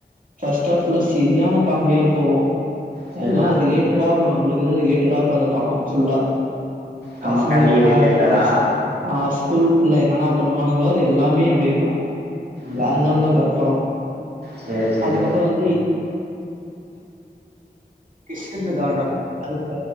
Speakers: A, on the right (about 50°); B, on the right (about 70°).
A: ஃபஸ்ட் ஆஃப் ப்ளஸ் செரியான காமெடியா போவோ
B: சரிதா
A: எல்லா ரிலேட்டடாக்கு நம்புளுக் <unintelligible> ரிலேட்டடாக்கு அந்த படொ ஃபுல்லா
B: நம்ம
A: பசங்களுக்கு
B: கதைக்கு
A: நாள்
B: ரிலேட்டடா
A: <unintelligible> ஆ ஸ்கூல் இல்ல என்னன்னா பண்ணுவானுங்களோ அது எல்லாமே அப்டே க்கு
B: ம்
A: வேற லெவல்லக்கு அந்த படொ
B: சேரி சேரி
A: அதுக்கப்ப வந்து <inaudible> கிஷ்கிந்த காண்டம் அது